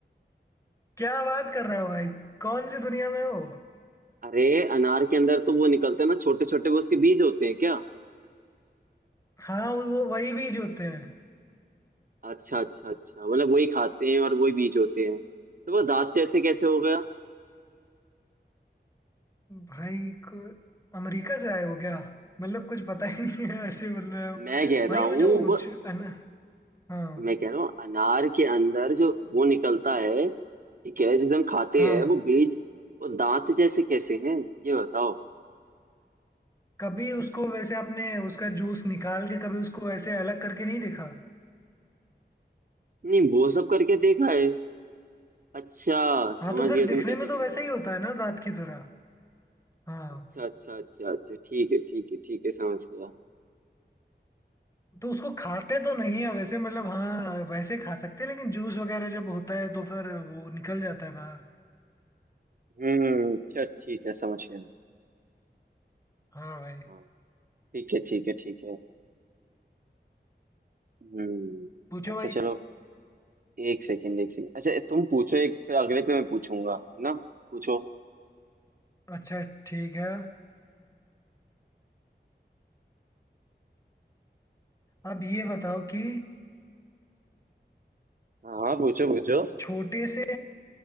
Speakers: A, on the left (about 15°); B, on the right (about 50°).
A: क्या बात कर रहे हो भाई कौन सी दुनिया में हो
B: अरे अनार के अंदर तो वो निकलते हैं ना छोटे छोटे वो उसके बीज होते हैं क्या
A: हाँ वो वही बीज होते हैं
B: अच्छा अच्छा अच्छा मतलब वही खाते हैं और वही बीज होते हैं तो वो दांत जैसे कैसे हो गया
A: भाई को अमेरिका से आए हो क्या मतलब कुछ पता ही नहीं है ऐसे बोल रहे हो
B: मैं कह रहा
A: भाई
B: हूँ
A: वो जो
B: वो
A: उच- अन, हाँ
B: मैं कह रहा हूँ अनार के अंदर जो वो निकलता है ठीक है जैसे हम खाते
A: हाँ
B: हैं वो बीज वो दांत जैसे कैसे हैं ये बताओ
A: कभी उसको वैसे आपने उसका जूस निकाल के कभी उसको ऐसे अलग करके नहीं देखा
B: नहीं वो सब करके देखा है अच्छा
A: हाँ
B: समझ
A: तो फिर
B: गया
A: दिखने
B: तुम कैसे
A: में
B: कहना
A: तो वैसे
B: चाह
A: ही
B: रहे
A: होता
B: हो
A: है ना दांत की तरह हाँ
B: अच्छा अच्छा अच्छा अच्छा ठीक है ठीक है ठीक है समझ गया
A: तो उसको खाते तो नहीं है वैसे मतलब हाँ वैसे खा सकते हैं लेकिन जूस वगैरह जब होता है तो फिर वो निकल जाता है बाहर
B: हम्म अच्छा ठीक है समझ गया
A: हाँ भाई
B: हाँ ठीक है ठीक है ठीक है हम्म
A: पूछो
B: अच्छा
A: भाई
B: चलो एक सेकेंड एक सेकेंड अच्छा तुम पूछो एक फिर अगले पे मैं पूछूंगा है ना पूछो
A: अच्छा ठीक है अब ये बताओ कि
B: हाँ पूछो पूछो
A: छोटे से